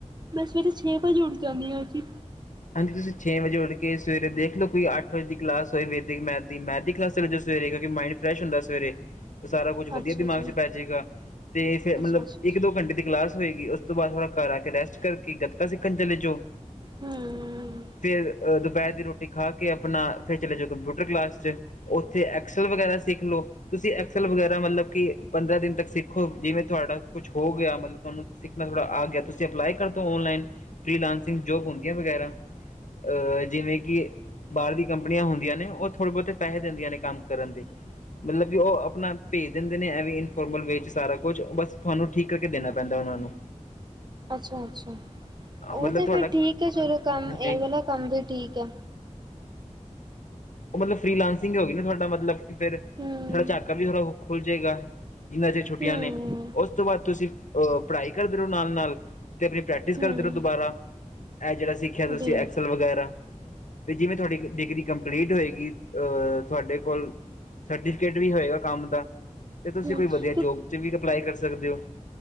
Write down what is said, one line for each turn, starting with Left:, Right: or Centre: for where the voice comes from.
Right: ਮੈਂ ਸਵੇਰੇ ਛੇ ਵਜੇ ਉੱਠ ਜਾਂਦੀ ਹਾਂ ਜੀ
Left: ਹਾਂਜੀ ਤੁਸੀਂ ਛੇ ਵਜੇ ਉੱਠ ਕੇ ਸਵੇਰੇ ਦੇਖ ਲਓ ਕੋਈ ਅੱਠ ਵਜੇ ਦੀ ਕਲਾਸ ਹੋਏ ਵਿੱਥ ਮੈਥ ਦੀ ਮੈਥ ਦੀ ਕਲਾਸ ਚੱਲ ਜ ਸਵੇਰੇ ਕਿਉਂਕਿ ਮਾਈੰਡ ਫਰੈਸ਼ ਹੁੰਦਾ ਸਵੇਰੇ ਉਹ ਸਾਰਾ ਕੁਝ ਵਧੀਆ
Right: ਅੱਛਾ
Left: ਦਿਮਾਗ
Right: ਜੀ,
Left: ਚ ਪੈ ਜਾਏਗਾ ਤੇ ਫੇਰ ਮਤਲਬ
Right: ਅੱਛਾ-ਅੱਛਾ-ਅੱਛਾ।
Left: ਇੱਕ ਦੋ ਘੰਟੇ ਦੀ ਕਲਾਸ ਹੋਏਗੀ। ਉਸ ਤੋਂ ਬਾਅਦ ਥੋੜਾ ਘਰ ਆ ਕੇ ਰੈਸਟ ਕਰਕੇ ਗੱਟਕਾ ਸਿੱਖਣ ਚਲੇ ਜਾਓ
Right: ਹੂੰ,
Left: ਫਿਰ ਦੁਪਹਿਰ ਦੀ ਰੋਟੀ ਖਾ ਕੇ ਆਪਣਾ ਫਿਰ ਚਲੇ ਜਾਓ ਕੰਪਿਊਟਰ ਕਲਾਸ ਚ ਉੱਥੇ ਐਕਸਲ ਵਗੈਰਾ ਸਿੱਖ ਲਓ ਤੁਸੀਂ ਐਕਸਲ ਵਗੈਰਾ ਮਤਲਬ ਕਿ ਪੰਦਰਾਂ ਦਿਨ ਤੱਕ ਸਿੱਖੋ ਜਿਵੇਂ ਤੁਹਾਡਾ ਕੁਛ ਹੋ ਗਿਆ ਮਤਲਬ ਤੁਹਾਨੂੰ ਸਿੱਖਣਾ ਥੋੜ੍ਹਾ ਆ ਗਿਆ ਤੁਸੀਂ ਅਪਲਾਈ ਕਰ ਦਿਓ ਔਨਲਾਈਨ ਫਰੀ ਲਾਂਸਿੰਗ ਜੋਬ ਹੁੰਦੀਆਂ ਵਗੈਰਾ ਅਹ ਜਿਵੇਂ ਕਿ ਬਾਹਰ ਦੀ ਕੰਪਨੀਆਂ ਹੁੰਦੀਆਂ ਨੇ ਉਹ ਥੋੜੇ ਬਹੁਤੇ ਪੈਸੇ ਦਿੰਦੀਆਂ ਨੇ ਕੰਮ ਕਰਨ ਦੇ ਮਤਲਬ ਕਿ ਉਹ ਆਪਣਾ ਭੇਜ ਦਿੰਦੇ ਨੇ ਐਵੇਂ ਇਨਫੋਰਮਲ ਵੇ ਚ ਸਾਰਾ ਕੁਛ ਬਸ ਤੁਹਾਨੂੰ ਠੀਕ ਕਰਕੇ ਦੇਣਾ ਪੈਂਦਾ ਉਹਨਾਂ ਨੂੰ
Right: ਅੱਛਾ ਅੱਛਾ ਉਹ
Left: ਮਤਲਬ
Right: ਤੇ
Left: ਤੁਹਾਡਾ
Right: ਫੇਰ ਠੀਕ ਹੈ ਚਲੋ ਕੰਮ
Left: ਹਾਂਜੀ
Right: ਇਹ ਵਾਲਾ ਕੰਮ ਵੀ ਠੀਕ ਹੈ।
Left: ਉਹ ਮਤਲਬ ਫਰੀ ਲਾਂਸਿੰਗ ਹੋ ਗਇਆ ਨਾ ਤੁਹਾਡਾ ਮਤਲਬ ਫਿਰ
Right: ਹੂੰ,
Left: ਥੋੜ੍ਹਾ ਝਾਕਾ ਵੀ ਥੋੜ੍ਹਾ ਖੁੱਲ ਜਾਏਗਾ। ਜਿੰਨਾ ਚਿਰ ਛੁੱਟੀਆਂ
Right: ਹੂੰ,
Left: ਨੇ ਉਸ ਤੋਂ ਬਾਅਦ ਤੁਸੀਂ ਅਹ ਪੜ੍ਹਾਈ ਕਰਦੇ ਰਹੋ ਨਾਲ ਨਾਲ ਅਤੇ ਆਪਣੀ ਪ੍ਰੈਕਟਿਸ
Right: ਹੂੰ,
Left: ਕਰਦੇ ਰਹੋ ਦੁਬਾਰਾ ਇਹ ਜਿਹੜਾ ਸਿੱਖਿਆ ਤੁਸੀਂ
Right: ਬਿਲ
Left: ਐਕਸਲ ਵਗੈਰਾ ਤੇ ਜਿਵੇਂ ਤੁਹਾਡੀ ਡਿਗਰੀ ਕੰ ਕੰਪਲੀਟ ਹੋਏਗੀ ਅਹ ਤੁਹਾਡੇ ਕੋਲ ਸਰਟੀਫਿਕੇਟ ਵੀ ਹੋਏਗਾ ਕੰਮ ਦਾ ਤੇ ਤੁਸੀਂ
Right: ਹੂੰ,
Left: ਕੋਈ
Right: ਕਿਉਂਕਿ
Left: ਵਧੀਆ ਜੋਬ ' ਵੀ ਅਪਲਾਈ ਕਰ ਸਕਦੇ ਹੋ।